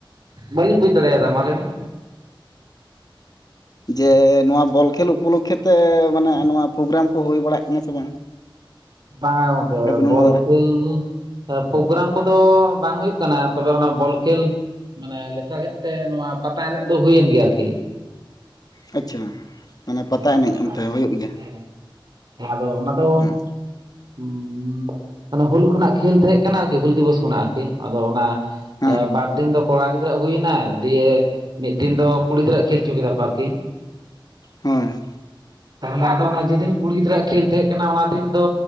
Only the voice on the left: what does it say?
ᱡᱮ ᱱᱚᱣᱟ ᱵᱚᱞ ᱠᱷᱮᱞ ᱩᱯᱚᱞᱚᱠᱠᱷᱮᱛᱮ ᱢᱟᱱᱮ ᱱᱚᱣᱟ ᱯᱨᱳᱜᱨᱟᱢ ᱠᱚ ᱦᱩᱭ ᱵᱟᱲᱟᱜ ᱠᱟᱱᱟ ᱥᱮ ᱵᱟᱝ?
ᱟᱹᱵᱤᱱ ᱚᱱᱟ
ᱫᱟᱨᱮ
ᱟᱪᱪᱷᱟ ᱢᱟᱱᱮ
ᱚᱱᱛᱮ
ᱦᱩᱭᱩᱜ
ᱜᱮᱭᱟ
ᱦᱮᱸ
ᱦᱮᱸ
ᱦᱳᱭ